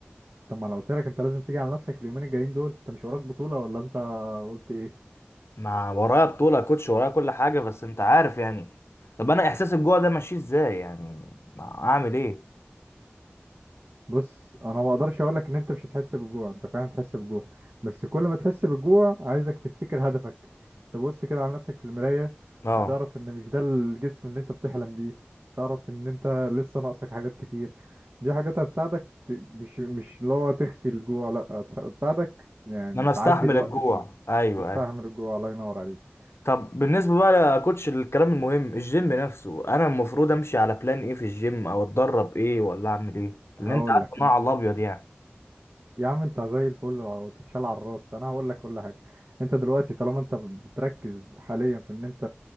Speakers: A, on the right; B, on the left.
A: طب ما انا قلت لك انت لازم تيجي على نفسك اليومين الجايين دول انت مش وراك بطولة ولا انت قلت ايه
B: ما ورايا بطولة يا كوتش ورايا كل حاجة بس انت عارف يعني طب انا احساس الجوع ده ماشي ازاي يعني ما اعمل ايه
A: بص انا ما اقدرش اقول لك ان انت مش هتحس بالجوع انت فعلا هتحس بالجوع بس كل ما تحس بالجوع عايزك تفتكر هدفك تبص كده على نفسك في المراية
B: اه
A: وتعرف ان مش ده الجسم اللي انت بتحلم بيه تعرف ان انت لسه ناقصك حاجات كتير دي حاجات هتساعدك ت... مش مش اللي هو تخفي الجوع لا هت- هتساعدك يعني
B: ان انا
A: تعدي
B: استحمل
A: الوقت
B: الجوع
A: شوية
B: ايوه
A: تستحمل
B: ايوه
A: الجوع الله ينور عليك
B: طب بالنسبة بقى يا كوتش الكلام المهم الجيم نفسه انا المفروض امشي على بلان ايه في الجيم او اتدرب ايه ولا اعمل ايه لان
A: هقول
B: انت عارف
A: لك
B: إن انا على الابيض يعني
A: يا عم انت زي الفل وتتشال على الراس انا هقول لك كل حاجه انت دلوقتي طالما انت بتركز حاليا في ان انت